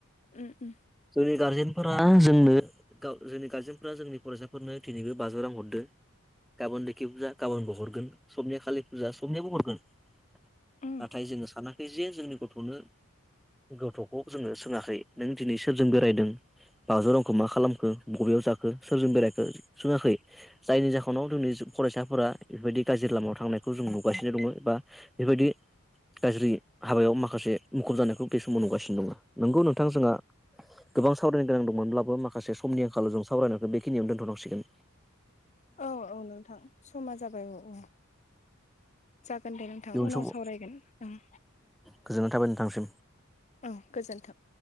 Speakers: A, on the left (about 35°); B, in the centre.
A: उम उम
B: जोंनि गारजेनफोरा जोंनो गाव जोंनि गारजेनफोरा जोंनि फरायसाफोरनो थिनिबो बाजौ रां हरदो गाबोन लोखि फुजा गाबोनबो हरगोन सबनिया खालि फुजा सनियाबो हरगोन। नाथाय
A: उम
B: जोङो सानाखै जे जोंनि गथ'नो गथ'खौ जोङो सोङाखै नों दिनै सोरजों बेरायदों बाजौ रांखौ मा खालामखो बबेयाव जाखो सोरजों बेरायखो सोङाखै जायनि जाहोनाव जोंनि फरायसाफोरा बेफोरबायदि गाज्रि लामायाव थांनायखौ जों नुगासिनो दङ बा बेबायदि गाज्रि हाबायाव माखासे मुखुब जानायखौ बे समाव नुगासिनो दङ नंगौ नोंथां जोंहा गोबां सावरायनो गोनां दंमोनब्लाबो माखासे समनि आंखालाव जों सावरायनायखौ बेखिनियावनो दोन्थ'नांसिगोन
A: औ औ नोंथां समा जाबाय औ औ। जागोन दे नोंथां
B: इयुन
A: उनाव
B: समाव
A: सावरायगोन ओं
B: गोजोननाय थाबाय नोंथांसिम
A: ओं गोजोन्थों